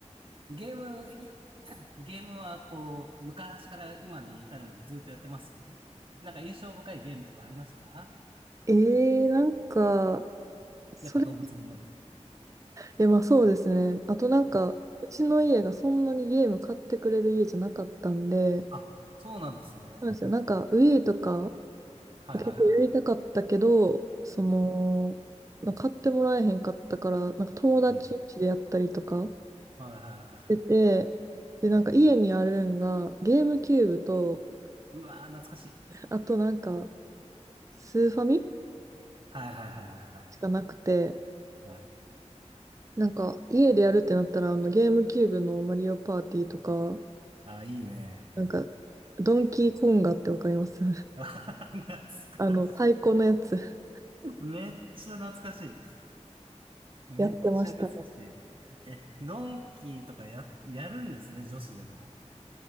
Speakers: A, on the right; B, on the right.
A: ゲーム、い <clears throat> ゲームはこう、昔から今に至るまでずっとやってますなんか印象深いゲームとかありました
B: えー、なんか、それ
A: やっぱ動物の森。
B: え、まあそうですね。あとなんか、うちの家がそんなにゲーム買ってくれる家じゃなかったんで、
A: あ、そうなんですね。
B: そうなんですよ。なんか、ウィーとか
A: はいはいはい。
B: 結構やりたかったけど、その、
A: うん。
B: なんか買ってもらえへんかったから、なんか友達ん家でやったりとか
A: うん。はいはいはい。
B: してて、で、
A: うん
B: なんか家にあるんが、ゲームキューブと、
A: うわー、懐かしい。
B: あとなんか、スーファミ
A: はいはいはいは
B: しかなくて、
A: いはい。はい。
B: なんか、家でやるってなったら、あの、ゲームキューブのマリオパーティーとか、
A: あー、いいね。
B: なんか、ドンキーコンガってわかります
A: <laughs> 懐か
B: あの、
A: し
B: 太鼓のやつ <laughs>
A: い。めっちゃ懐かしい。めっちゃ懐かしい。
B: やってましたね。
A: え、ドンキーとかや、やるんですね、女子でも。